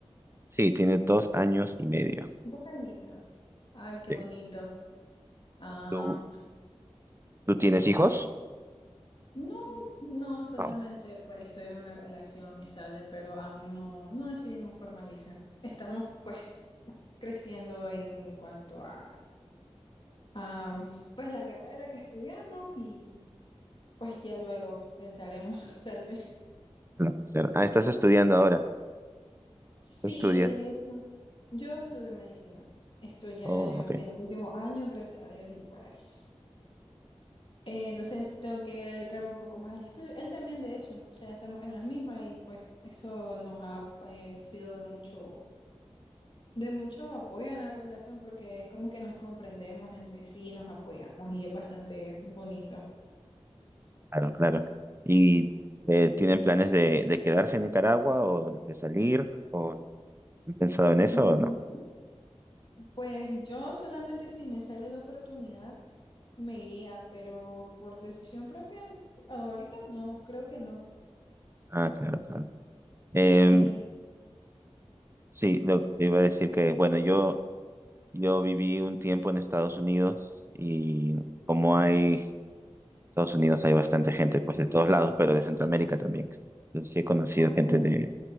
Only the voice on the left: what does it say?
Dos añitos. Ay, qué
bonito. Ah,
no, no, solamente
pues estoy en una relación estable, pero aún no, no decidimos formalizar. Estamos pues creciendo en cuanto a, a, pues la carrera que estudiamos y pues ya luego pensaremos <laughs> tal vez.
Sí,
de hecho, yo estudio medicina. Estoy ya
en los últimos años, gracias a Dios, y pues eh, entonces tengo que dedicarme un poco más al estudio. Él también, de hecho, o sea, estamos en las mismas y pues eso nos ha eh, sido de mucho, de mucho apoyo en la relación porque es como que nos comprendemos entre sí, nos apoyamos y es bastante bonito.
Mm,
Pues yo solamente si me sale la oportunidad me iría, pero por decisión propia n- ahorita no, creo que no.
Sí,
sí,
Ah, ok.